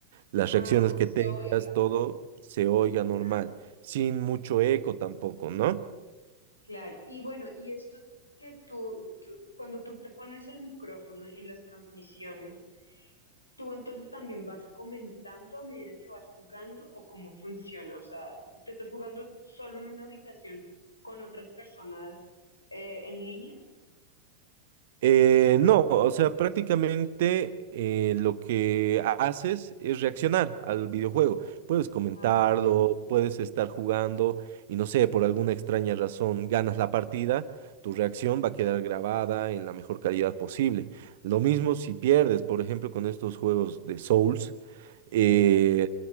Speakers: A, on the left (about 85°); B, on the right (about 60°).
A: Ah,
B: las reacciones que
A: se
B: tengas,
A: oiga.
B: todo se oiga normal,
A: Ya.
B: sin mucho eco tampoco, ¿no?
A: Claro, y bueno, y esto que tú, tú- cuando tú te pones el micrófono en las transmisiones, tú entonces también vas comentando a medida que vas jugando o cómo funciona. O sea, si tú estás jugando solo en una habitación con otras personas eh, en línea.
B: Eh, no, o sea, prácticamente eh, lo que ha- haces es reaccionar al videojuego. Puedes comentarlo,
A: Ah, ya.
B: puedes estar jugando y no sé, por alguna extraña razón ganas la partida, tu reacción va a quedar grabada en la mejor calidad posible. Lo mismo si pierdes, por ejemplo, con estos juegos de Souls, eh,
A: Ujú.